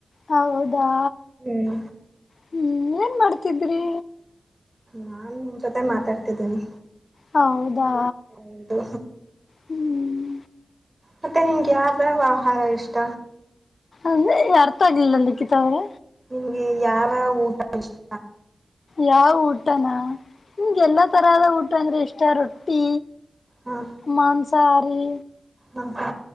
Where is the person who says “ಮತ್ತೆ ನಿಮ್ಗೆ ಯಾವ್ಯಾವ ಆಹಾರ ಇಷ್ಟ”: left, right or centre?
Right